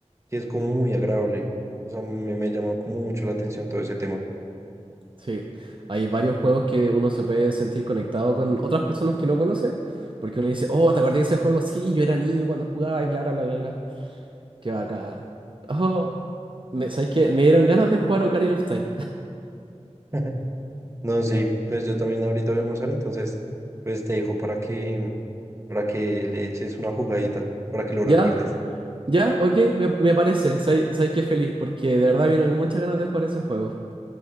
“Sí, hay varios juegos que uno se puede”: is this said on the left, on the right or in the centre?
Right